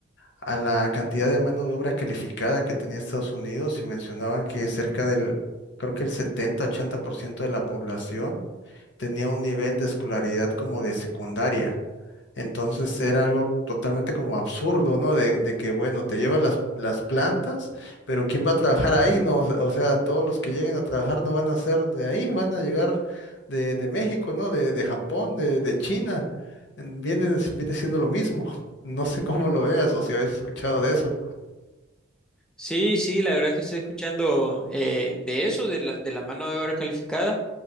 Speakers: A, on the left; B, in the centre.
A: a la cantidad de mano de obra calificada que tenía Estados Unidos y mencionaban que cerca del, creo que el 70-80% de la población tenía un nivel de escolaridad como de secundaria. Entonces
B: Ujú.
A: era algo totalmente como absurdo, ¿no? De, de que, bueno, te llevas las, las plantas, pero ¿quién va a trabajar ahí? No, o sea, todos los que lleguen a trabajar no van a ser de ahí, van a llegar de, de México, ¿no? De, de Japón, de, de China. En- Viene, viene siendo lo mismo. <laughs> No sé cómo lo veas o si habéis escuchado de eso.
B: Sí, sí, la verdad es que estoy escuchando eh, de eso, de la, de la mano de obra calificada